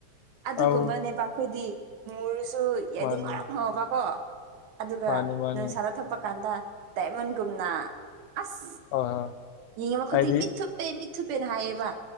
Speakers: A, on the right; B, on the left.
A: ꯑꯗꯨꯒꯨꯝꯕꯅꯦꯕ
B: ꯑꯧ
A: ꯑꯩꯈꯣꯏꯗꯤ ꯃꯨꯔꯁꯨ ꯌꯥꯏꯗꯤ
B: ꯃꯥꯅꯦ
A: ꯉꯥꯎꯔꯛ ꯉꯕꯀꯣ ꯑꯗꯨꯒ
B: ꯃꯥꯅꯦ ꯃꯥꯅꯦ
A: ꯅꯨꯡꯁꯥꯗ ꯊ ꯊꯣꯛꯄ ꯀꯥꯟꯗ ꯗꯥꯏꯃꯟꯒꯨꯝꯅ ꯑꯁ
B: ꯑ ꯍꯣꯏ
A: ꯌꯦꯡꯉꯨꯕ ꯈꯨꯗꯡ
B: ꯍꯥꯏꯗꯤ
A: ꯃꯤꯠ ꯊꯨꯞꯄꯦ ꯃꯤꯠ ꯊꯨꯞꯄꯦꯅ ꯍꯥꯏꯌꯦꯕ